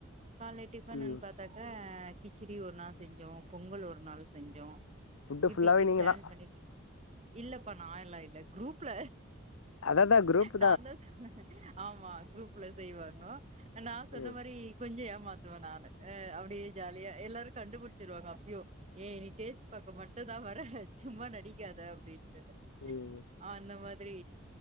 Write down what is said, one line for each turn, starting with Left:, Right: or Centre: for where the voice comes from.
Right: காலை டிஃபன்ன்னு
Left: ம்
Right: பாத்தாக்கா கிச்சடி ஒரு நாள் செஞ்சோ பொங்கல் ஒரு நாள் செஞ்சோ
Left: ஃபுட்டு
Right: இப்படி
Left: ஃபுல்லாவே நீங்க
Right: பிளான்
Left: தா
Right: பண்ணிட்டு இல்லப்பா நா எல்லா இல்ல குரூப்ல
Left: அததா குரூப்
Right: நா தா சொ ஆமா குரூப்ல செய்வாங்கோ நா சொன்ன
Left: ம்
Right: மாரி கொஞ்சொ ஏமாத்துவ நானு அ அப்டியே ஜாலியா எல்லாரு கண்டுபிடிச்சிருவாங்க அ ய்யோ ஏ நீ டேஸ் பாக்க மட்டும் தா வர சும்மா நடிக்காத அப்டின்னு <unintelligible>
Left: ம்
Right: அந்த மாதிரி